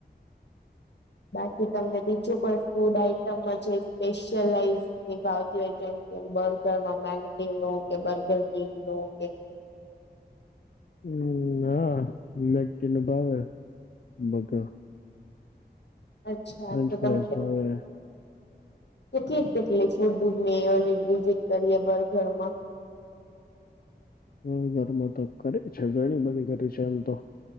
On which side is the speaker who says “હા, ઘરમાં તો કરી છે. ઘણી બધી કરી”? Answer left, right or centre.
Left